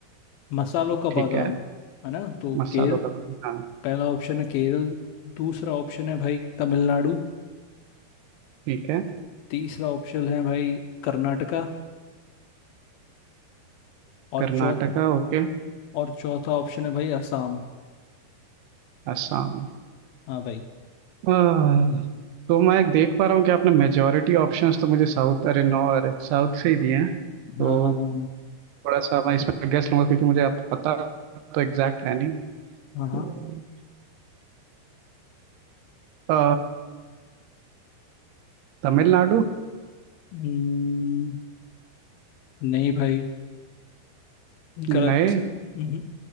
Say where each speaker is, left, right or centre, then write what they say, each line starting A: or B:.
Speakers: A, on the left (about 75°); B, on the right (about 80°).
A: मसालों का बागान
B: ठीक है
A: है ना तो
B: मसालों
A: केरल
B: का बगान हाँ
A: पहला ऑप्शन है केरल दूसरा ऑप्शन है भाई तमिलनाडु
B: ठीक है
A: तीसरा ऑप्शन है भाई कर्नाटका और
B: कर्नाटका
A: चौथ
B: ओके
A: और चौथा ऑप्शन है भाई असम
B: असम
A: हाँ भाई
B: हाँ, तो मैं देख पा रहा हूँ कि आपने मेजोरिटी ऑप्शंस तो मुझे साउथ अरे नो अरे साउथ से ही दिए हैं तो
A: हाँ हाँ हाँ
B: थोड़ा सा मैं इसमें गेस लूंगा क्योंकि मुझे आप पता तो एग्जैक्ट है नहीं तो
A: हाँ हाँ
B: अ, तमिलनाडु
A: हम्म, नहीं भाई
B: नहीं
A: गलत हम्म,